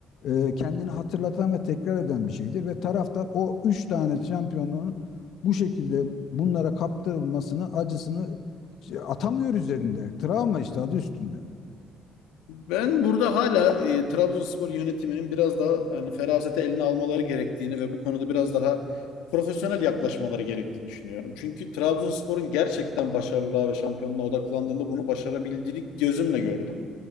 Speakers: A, on the left; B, on the left.
A: e, kendini hatırlatan ve tekrar eden bir şeydir ve taraftar o üç tane şampiyonluğun bu şekilde bunlara kaptırılmasını, acısını şey, atamıyor üzerinde. Travma işte adı üstünde.
B: Ben burada hala e, Trabzonspor yönetiminin biraz daha hani ferasete eline almaları gerektiğini ve bu konuda biraz daha profesyonel yaklaşmaları gerektiğini düşünüyorum. Çünkü Trabzonspor'un gerçekten başarılığa ve şampiyonluğa odaklandığında bunu başarabildiğini gözümle gördüm.